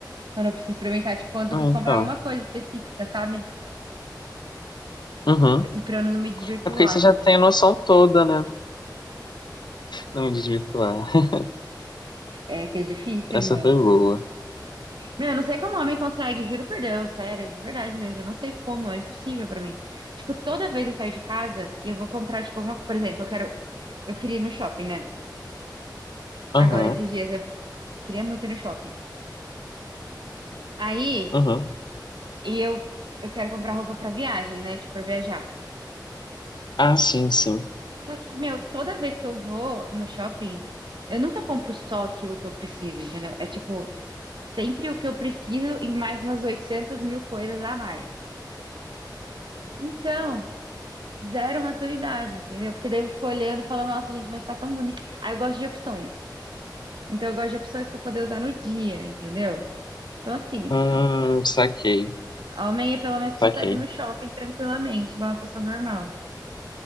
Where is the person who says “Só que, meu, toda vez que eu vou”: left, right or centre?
Right